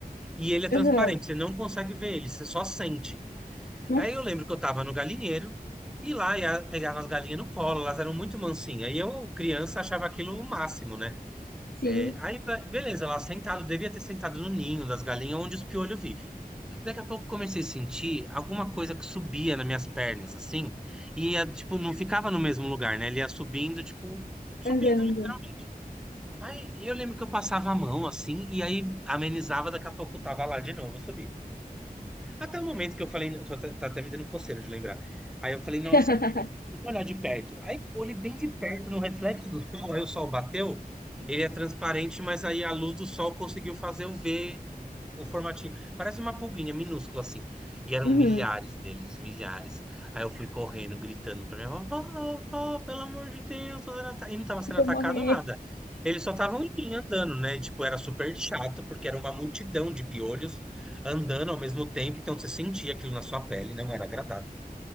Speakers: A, in the centre; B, on the left.
A: e ele é transparente,
B: aham.
A: você não consegue ver ele, você só sente.
B: Nossa,
A: Aí eu lembro que eu tava no galinheiro e lá ia, pegava as galinhas no colo, elas eram muito mansinhas. E eu, criança, achava aquilo o máximo, né?
B: sim,
A: É, aí, be- beleza, lá sentado, devia ter sentado no ninho das galinhas onde os piolhos vivem. Daqui a pouco comecei a sentir alguma coisa que subia nas minhas pernas, assim, e ia, tipo, não ficava no mesmo lugar, né? Ele ia subindo, tipo, subindo
B: andando.
A: literalmente. Aí eu lembro que eu passava a mão assim, e aí amenizava, daqui a pouco eu tava lá de novo subindo. Até o momento que eu falei, eu tô até- tá até me dando coceira de lembrar. Aí eu falei, nossa,
B: <laughs>
A: deixa eu olhar de perto. Aí eu olhei bem de perto no reflexo do sol, aí o sol bateu, ele é transparente, mas aí a luz do sol conseguiu fazer eu ver o formatinho. Parece uma pulguinha minúscula assim. E eram
B: Uhum.
A: milhares deles, milhares. Aí eu fui correndo, gritando pra minha avó: vó, vó, pelo amor de Deus, tô sendo ata-" e não tava sendo
B: <laughs> vou
A: atacado
B: morrer.
A: nada. Eles só estavam em mim andando, né? Tipo, era super chato, porque era uma multidão de piolhos andando ao mesmo tempo, então você sentia aquilo na sua pele, não era agradável.